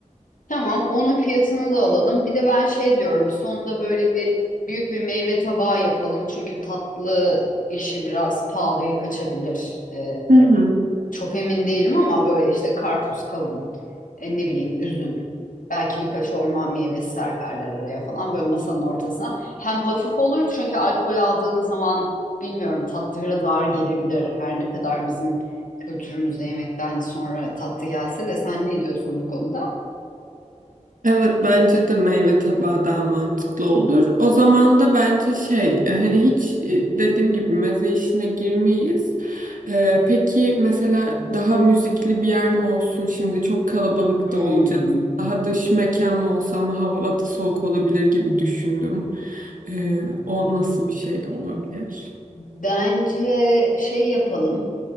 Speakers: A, on the left; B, on the right.
A: Tamam, onun fiyatını da alalım. Bir de ben şey diyorum, sonda böyle bir büyük bir meyve tabağı yapalım. Çünkü tatlı işi biraz pahalıya kaçabilir. Ee,
B: Hı hı.
A: çok emin değilim ama böyle işte karpuz, kavun, e, ne bileyim üzüm. Belki birkaç orman meyvesi serperler araya falan böyle masanın ortasına. Hem hafif olur çünkü alkol aldığın zaman bilmiyorum tatlı biraz ağır gelebilir. Her ne kadar bizim kültürümüzde yemekten sonra tatlı gelse de sen ne diyorsun bu konuda?
B: Evet bence de meyve tabağı daha mantıklı olur. O zaman da bence şey e, hani hiç e, dediğim gibi meze işine girmeyiz. E, peki mesela daha müzikli bir yer mi olsun? Şimdi çok kalabalık
A: Hmm.
B: da olacağız. Daha dış mekan mı olsa ama hava da soğuk olabilir gibi düşündüm. E, o nasıl bir şey olabilir?
A: Bence şey yapalım.